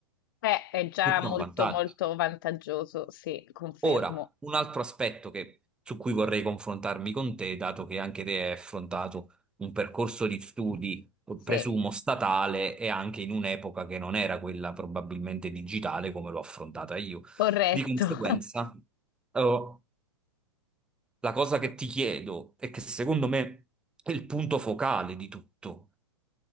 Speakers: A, on the left (about 45°); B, in the centre.
A: Beh, è già
B: tutto
A: molto,
B: a vantaggio.
A: molto vantaggioso, sì, confermo.
B: Ora, un altro aspetto che- su cui vorrei confrontarmi con te, dato che anche te hai affrontato un percorso di studi,
A: Sì,
B: presumo statale, e anche in un'epoca che non era quella probabilmente digitale come l'ho affrontata io.
A: corretto,
B: Di conseguenza,
A: <laughs>
B: eh, la cosa che ti chiedo e che secondo me è il punto focale di tutto